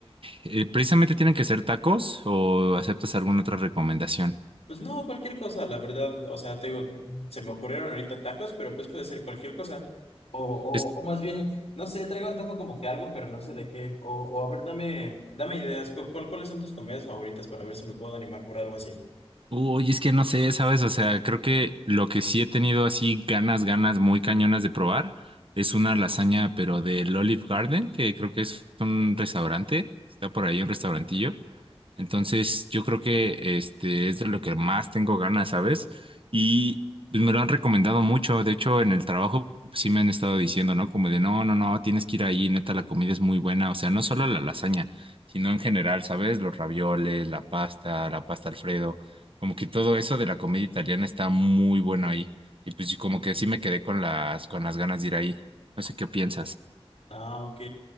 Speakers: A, on the right (about 55°); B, on the left (about 70°).
A: eh, precisamente tienen que ser tacos o aceptas alguna otra recomendación.
B: Pues no, cualquier cosa, la verdad, o sea, te digo, se me ocurrieron ahorita tacos, pero pues puede ser cualquier cosa. O, o,
A: Es
B: o más bien, no sé, traigo antojo como que algo, pero no sé de qué. O, o a ver, dame, dame ideas, cu- ¿cuál, cuáles son tus comidas favoritas para ver si me puedo animar por algo así?
A: Uy, es que no sé, ¿sabes? O sea, creo que lo que sí he tenido así ganas, ganas muy cañonas de probar es una lasaña, pero del Olive Garden, que creo que es un restaurante, está por ahí un restaurantillo. Entonces, yo creo que este es de lo que más tengo ganas, ¿sabes? Y pues, me lo han recomendado mucho. De hecho, en el trabajo pues, sí me han estado diciendo, ¿no? Como de, no, no, no, tienes que ir ahí, neta, la comida es muy buena. O sea, no solo la lasaña, sino en general, ¿sabes? Los ravioles, la pasta, la pasta Alfredo. Como que todo eso de la comedia italiana está muy bueno ahí. Y pues sí, como que sí me quedé con las, con las ganas de ir ahí. No sé qué piensas.
B: Ah, ok.